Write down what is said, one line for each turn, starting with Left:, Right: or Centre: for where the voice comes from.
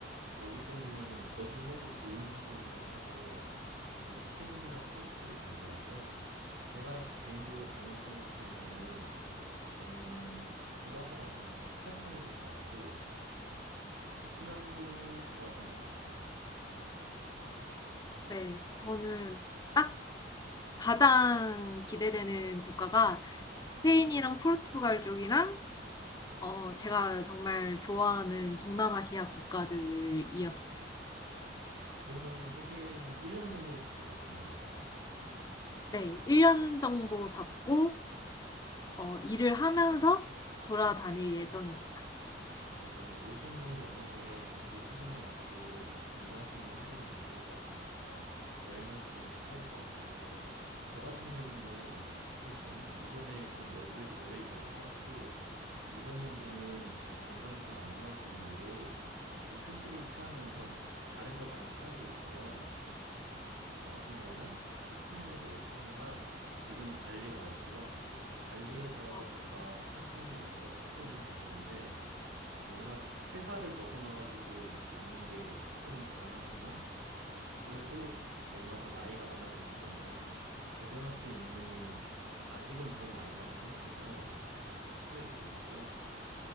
Right: 거기 정도면은 거주해도 좋은 환경이라고 해서 저는 스페인이랑 포르투갈이 궁금하고요. 제가 개인적으로 다녀왔던 곳 중에서는 저는 저도 아까 말씀하신 치앙마이도 좋았고 베트남도 좋았던 것 같아요.
Left: 네, 저는 딱 가장 기대되는 국가가 스페인이랑 포르투갈 쪽이랑 어, 제가 정말 좋아하는 동남아시아 국가들이었어요.
Right: 음, 그러면은 세계 여행은 1년 정도 잡고 가시는 건가요?
Left: 네, 1년 정도 잡고 어, 일을 하면서 돌아다닐 예정입니다.
Right: 맞아요. 요즘은 워낙에 노트북만 있어도 일을 할 수 있는 환경이 잘 돼 있다 보니까 여행하시기도 수월할 것 같은데, 저 같은 경우는 사실 저는 기존에 좀 외국에서 오래 일을 해가지고, 이번 연도는 제가 건강이 좀 안 좋아진 이유로 좀 휴식을 취하면서 다른 걸 많이 찾아보고 있어요. 저 같은 경우는 호치민에서 오래 살다가 지금은 발리에 와 있고요. 발리에서
Left: 어,
Right: 뭔가 할 수 있는 이것저것 찾고 있는 과정인데, 뭔가 회사를 벗어나가지고 이렇게 있는 게 조금은 불안하지만 그래도 뭔가 더 나이가 많아지기 전에 도전할 수 있는 아직은 그런 나이라고 생각해서 뭔가 시도해보고 있고요.